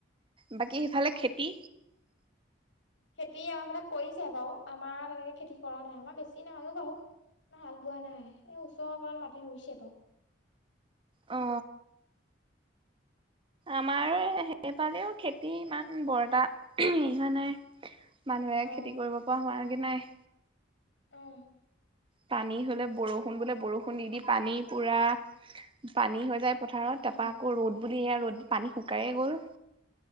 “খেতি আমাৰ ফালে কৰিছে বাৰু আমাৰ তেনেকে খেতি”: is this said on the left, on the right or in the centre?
Left